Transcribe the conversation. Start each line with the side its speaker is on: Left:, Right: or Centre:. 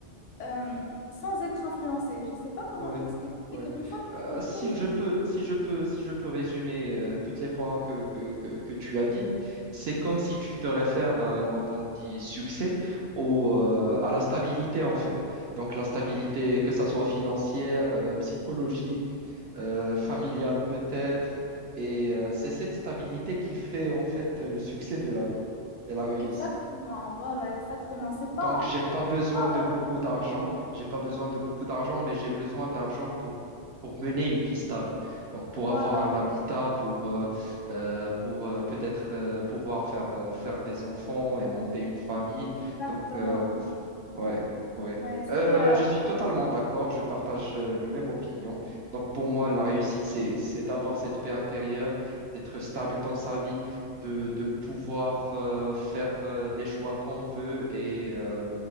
Left: euh, sans être influencé. Je ne sais pas comment
Right: Ouais,
Left: t'expliquer.
Right: ouais.
Left: Quelquefois,
Right: Euh,
Left: tu te
Right: si
Left: trouves
Right: je peux, si je peux, si je peux résumer euh, tous les points que, que, que, que tu as dit, c'est comme si tu te réfères, euh, quand on dit succès, au, euh, à la stabilité en fait. Donc la stabilité, que ça soit financière, euh, psychologique, euh, familiale peut-être, et euh, c'est cette stabilité qui fait en fait le succès de la vie et la réussite.
Left: Exactement, voilà, exactement. C'est pas,
Right: Donc, j'ai pas besoin
Left: c'est pas,
Right: de beaucoup
Left: euh,
Right: d'argent.
Left: mm,
Right: J'ai pas besoin de beaucoup d'argent, mais j'ai besoin d'argent pour, pour mener une vie stable. Donc, pour
Left: voilà,
Right: avoir un habitat, pour, euh, euh, pour euh, peut-être euh, pouvoir faire, de- faire des enfants et monter une famille.
Left: exactement.
Right: Donc, euh,
Left: Ouais,
Right: Ouais, ouais.
Left: ouais, c'est,
Right: Euh,
Left: euh,
Right: je suis totalement d'accord, je partage euh, le même opinion. Donc pour moi, la réussite, c'est, c'est d'avoir cette paix intérieure, d'être stable dans sa vie, de, de pouvoir euh, faire euh, les choix qu'on veut et euh,